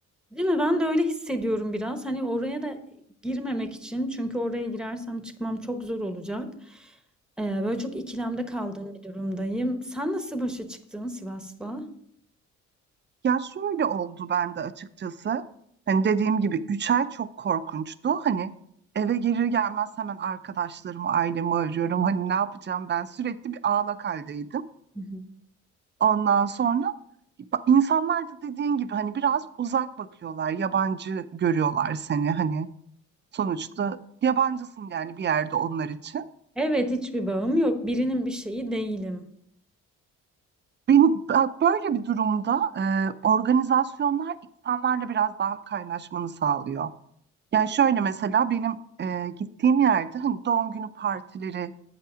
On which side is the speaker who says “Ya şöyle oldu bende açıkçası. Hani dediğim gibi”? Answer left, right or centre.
Right